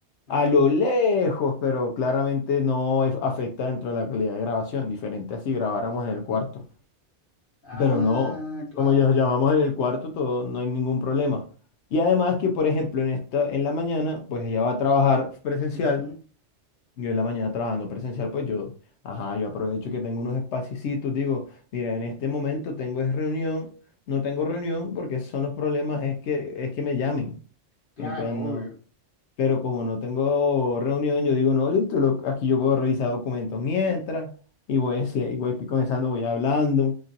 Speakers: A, on the left (about 55°); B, on the left (about 85°).
A: Ujú.
B: a lo lejos, pero claramente no es- afecta dentro de la calidad de grabación, diferente a si grabáramos en el cuarto.
A: Ah,
B: Pero no,
A: claro.
B: como ya
A: ujú,
B: nos llamamos en el cuarto, todo, no hay ningún problema. Y además que, por ejemplo, en esta, en la mañana, pues ella va a trabajar presencial,
A: ujú,
B: yo en la mañana trabajando presencial, pues yo, ajá, yo aprovecho que tengo unos espacios, digo, mira, en este momento tengo es reunión, no tengo reunión, porque esos son los problemas, es que, es que me llamen.
A: Claro,
B: Entonces no,
A: obvio.
B: pero como no tengo reunión, yo digo, no, listo, lo- aquí yo puedo revisar documentos mientras, y voy, haci- y voy comenzando, voy hablando,